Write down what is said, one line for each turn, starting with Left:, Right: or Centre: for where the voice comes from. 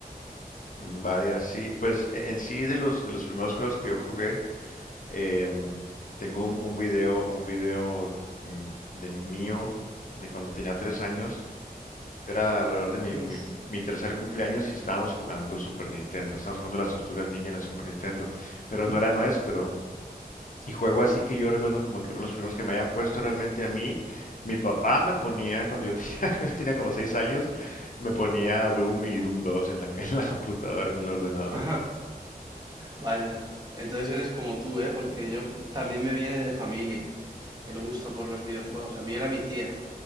Left: Mm, Vaya, sí, pues e- en sí de los de los primeros juegos que yo jugué, em, tengo un, un video, un video mm, de mío de cuando tenía tres años. Era alrededor de mi,
Right: Dios.
Left: mi, mi tercer cumpleaños y estábamos jugando Super Nintendo. Estábamos jugando las Tortugas Ninja en el Super Nintendo, pero
Right: Ujú.
Left: no era nuestro. Y juego así que yo recuerdo como que uno de los primeros que me hayan puesto realmente a mí, mi papá me ponía cuando yo tenía, <laughs> yo tenía como seis años, me ponía Doom y Doom dos en la, en la computadora, en el ordenador.
Right: Ajá. Vaya, entonces eres como tú, ¿eh? Porque yo también me viene de familia el gusto por los videojuegos. A mí era mi tía